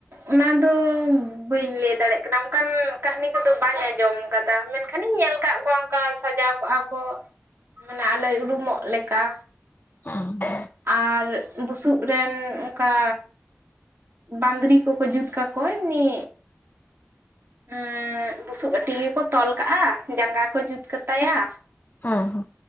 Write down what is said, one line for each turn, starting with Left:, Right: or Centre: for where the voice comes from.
Right: ᱚᱱᱟ ᱫᱚ ᱵᱟᱹᱧ ᱞᱟᱹᱭ ᱫᱟᱲᱮᱭᱟᱜ ᱠᱟᱱᱟ ᱚᱝᱠᱟᱱ ᱠᱟᱹᱦᱱᱤ ᱠᱚᱫᱚ ᱵᱟᱹᱧ ᱟᱸᱡᱚᱢ ᱠᱟᱫᱟ ᱢᱮᱱᱠᱷᱟᱱᱤᱧ ᱧᱮᱞ ᱟᱠᱟᱫ ᱠᱚᱣᱟ ᱚᱱᱠᱟ ᱥᱟᱡᱟᱣ ᱠᱚᱜᱼᱟ ᱠᱚ ᱢᱟᱱᱮ ᱟᱞᱚᱭ ᱩᱨᱩᱢᱚᱜ ᱞᱮᱠᱟ
Left: ᱚ
Right: ᱟᱨ ᱵᱩᱥᱩᱵ ᱨᱮᱱ ᱚᱱᱠᱟ ᱵᱟᱸᱫᱽᱨᱤ ᱠᱚᱠᱚ ᱡᱩᱛ ᱠᱟᱠᱚ ᱮᱢᱱᱤ ᱩᱸᱻ ᱵᱩᱥᱩᱵ ᱟᱴᱤ ᱜᱮᱠᱚ ᱛᱚᱞ ᱠᱟᱜᱼᱟ ᱡᱟᱸᱜᱟ ᱠᱚ ᱡᱩᱛ ᱠᱟᱛᱟᱭᱟ
Left: ᱦᱚᱸ ᱦᱚᱸ